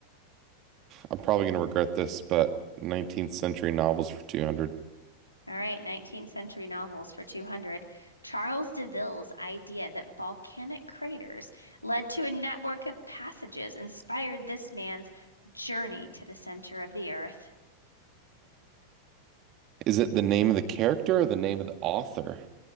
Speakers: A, on the right (about 35°); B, on the left (about 80°).
A: I'm probably going to regret this, but 19th century novels for 200.
B: All right, 19th century novels for 200. Charles DeVille's idea that volcanic craters led to a network of passages inspired this man's journey to the center of the earth.
A: Is it the name of the character or the name of the author?